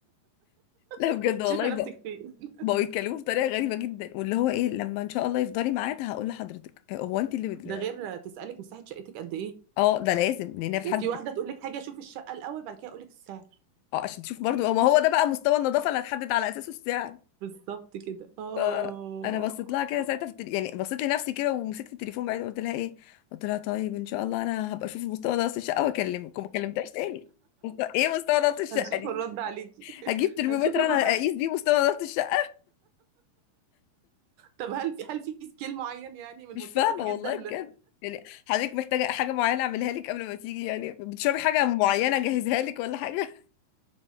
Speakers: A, on the left (about 80°); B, on the right (about 75°).
A: لا
B: <laughs>
A: بجد والله
B: شايفه نفسك
A: بقى
B: فين
A: بقوا يتكلموا بطريقة غريبة جدا واللي هو ايه لما ان شاء الله يفضلي ميعاد هقول لحضرتك هو انت اللي بت...
B: ده غير تسالك مساحه شقتك قد ايه
A: اه ده لازم لان في
B: وفي
A: حد
B: واحده تقول لك حاجه شوف الشقه الاول بعد كده اقول لك السعر
A: اه عشان تشوف برضو ما هو ده بقى مستوى النظافه اللي هتحدد على اساسه السعر
B: بالظبط كده اه
A: آه، انا بصيت لها كده ساعتها في التل... يعني بصيت لنفسي كده ومسكت التليفون بعيد قلت لها ايه قلت لها طيب ان شاء الله انا هبقى اشوف مستوى نظافه الشقه واكلمك وما كلمتهاش تاني مست- ايه مستوى نظافه الشقه
B: هنشوف
A: دي
B: الرد عليكي
A: هجيب
B: <laughs>
A: ترمومتر
B: هنشوف الرد
A: انا اقيس
B: عليكي
A: بيه مستوى نظافه الشقه
B: طب هل في هل في سكيل معين يعني من
A: مش
B: متسخ
A: فاهمه
B: جدا
A: والله بجد يعني حضرتك محتاجه حاجه معينه اعملها لك قبل ما تيجي يعني بتشربي حاجه معينه اجهزها لك ولا حاجه